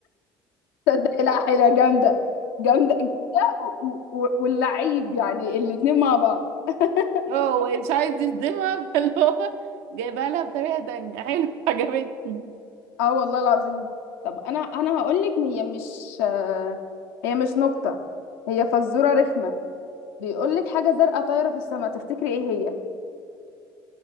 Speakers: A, on the left (about 75°); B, on the right (about 75°).
A: تصدقي لا حلوه جامده جامده و- و- و- واللعيب يعني الاتنين مع بعض <laughs>
B: اه هو مش عايز يصدمها <laughs> فاللي هو جايبها لها بطريقة تانية حلو عجبتني
A: اه والله العظيم طب انا انا هقولك هي مش آه، هي مش نكته هي فزوره رخمه بيقول لك حاجه زرقاء طايره في السماء تفتكري ايه هي